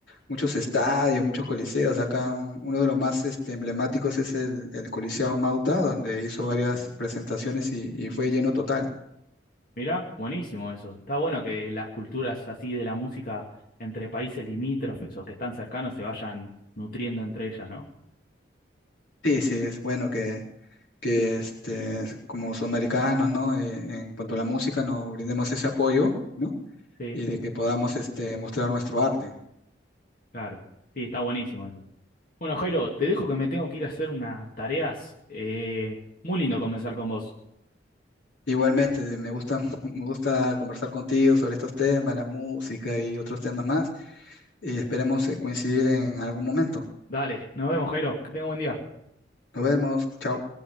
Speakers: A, on the left; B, on the left.
A: muchos estadios, muchos coliseos. Acá un- uno de los más este, emblemáticos es el, el Coliseo Mauta, donde hizo varias presentaciones y, y fue lleno total.
B: Mira, buenísimo eso. Está bueno que las culturas así de la música entre países limítrofes o que están cercanos se vayan nutriendo entre ellas, ¿no?
A: Sí, sí, es bueno que, que este, como sudamericanos, ¿no? Eh, en cuanto a la música, nos brindemos ese apoyo, ¿no?
B: Sí,
A: Y de que podamos este, mostrar nuestro arte.
B: claro. Sí, está buenísimo eso. Bueno, Jairo, te dejo que me tengo que ir a hacer unas tareas. Eh, muy lindo conversar con vos.
A: Igualmente, me gusta, <laughs> me gusta conversar contigo sobre estos temas, la música y otros temas más. y esperemos eh, coincidir en algún momento.
B: Dale, nos vemos, Jairo. Que tenga buen día.
A: Nos vemos, chao.